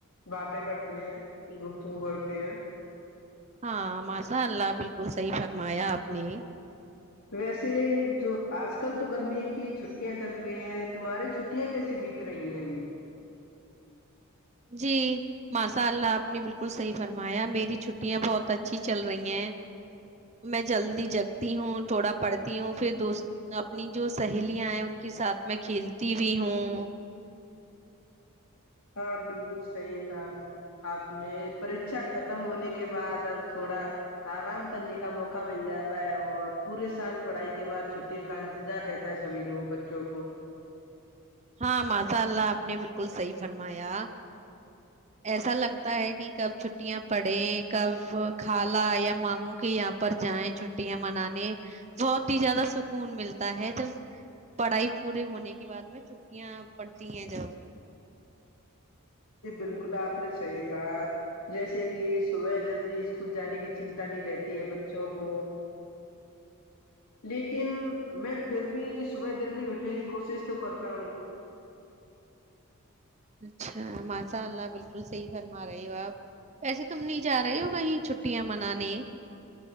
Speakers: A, on the left (about 75°); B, on the right (about 30°).
A: باتیں کرتی ہیں گپت کرتے ہیں
B: ہاں ماشاء اللہ بالکل صحیح فرمایا آپ نے
A: تو ویسے جو آج کل تو گرمی کی چھٹیاں چل رہی ہیں تمہارے چھٹیاں کیسے بیت رہی ہیں ابھی
B: جی ماشاء اللہ آپ نے بالکل صحیح فرمایا میری چھٹیاں بہت اچھی چل رہی ہیں میں جلدی جگتی ہوں تھوڑا پڑھتی ہوں پھر دوست اپنی جو سہیلیاں ہیں ان کے ساتھ میں کھیلتی بھی ہوں
A: ہاں بالکل صحیح کام آپ نے پکھا ختم ہونے کے بعد اب تھوڑا آرام کرنے کا موقع مل جاتا ہے اور پورے سال پڑھائی کے بعد چھٹیوں کا انتظار رہتا ہے سبھی لوگ بچوں کو
B: ہاں ماشاء اللہ آپ نے بالکل صحیح فرمایا ایسا لگتا ہے کہ کب چھٹیاں پڑیں کب کالا یا ماموں کی یہاں پر جائیں چھٹیاں منانے بہت ہی زیادہ سکون ملتا ہے جب پڑھائی پورے ہونے کے بعد میں چ کیاں پڑتی ہیں جا
A: ج بالکل آپ نے صحیح کہا جیسے کہ صبح جلدی اسکول جانے کی چنتا نہیں رہتی ہے بچوں کو لیکن میں پھر بھی صبح جلدی اٹھے کی کوشش تو کرتا ہوں
B: اچھا ماشاء اللہ بالکل صحیح فرما رہے ہو آپ ویسے تم نہیں جا رہے ہو کہیں چھٹیاں منانے